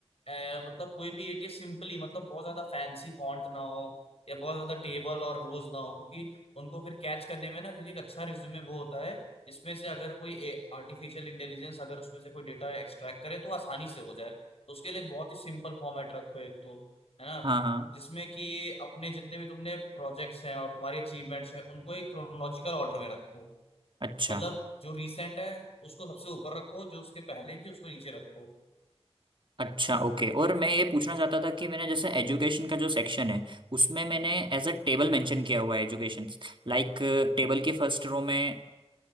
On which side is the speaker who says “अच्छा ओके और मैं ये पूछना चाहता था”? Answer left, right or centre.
Right